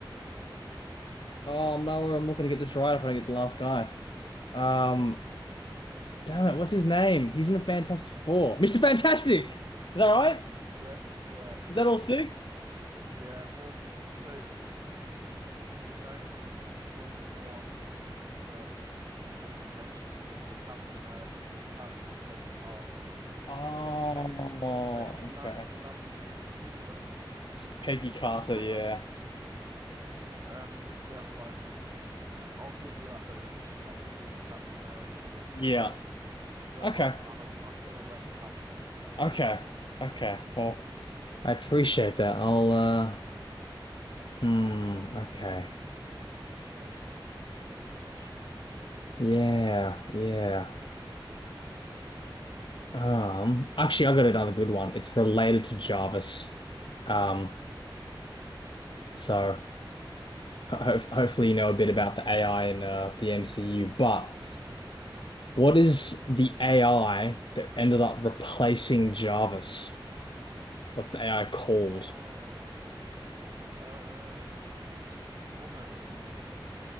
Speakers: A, on the left; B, on the right.
A: oh no, I'm not gonna get this right if I don't get the last guy. Um, damn it, what's his name? He's in the Fantastic Four. Mr. Fantastic! Is that right?
B: yep, yeah, that's
A: Is
B: right.
A: that all six?
B: Yeah, well, so The only the only one that is a bit contentious is so Captain America, so it's Captain Peggy Carter,
A: Oh,
B: but it's technically but in
A: okay.
B: that in that uni universe.
A: It's Peggy Carter,
B: <coughs>
A: yeah.
B: Excuse me. Um, yeah, like I'll give you that though because she technically is Captain America in that
A: Yeah.
B: universe. So
A: Okay.
B: I'm I'm a, I'm gonna let you have that.
A: Okay. Okay. Well, I appreciate that. I'll uh Hmm. okay.
B: Okay, so this is this is a big question.
A: Yeah, yeah. Um, actually, I got another good one. It's related to Jarvis. Um, so ho ho- hopefully you know a bit about the AI in uh, the MCU. But what is the AI that ended up replacing Jarvis? What's the AI called?
B: Oh, uh, well, it's a woman, isn't it?